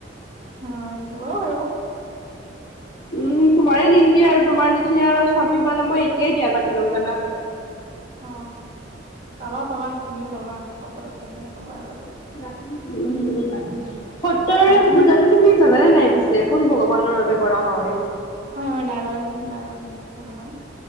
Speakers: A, on the right; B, on the left.
A: অ দিব আৰুাৰ
B: উম তোমাৰে দিমগে আৰু তোমাৰ নিচিনা আৰু চামি পালে মই এতিয়াই বিয়া পাতি লম জানা
A: অ পাবা পাবা তুমিও পাবা কপালত থাকিলে পাবা বাৰু
B: উম উম ৰাতি সত্ৰৰে
A: বাকী
B: পূজাতটো
A: মানে
B: তুমি জানানে নাই পিছে কোন ভগৱান ভগৱানৰ বাবে কৰা হয়
A: হয় হয় নাৰায়ণ নাৰায়ণ ভগৱান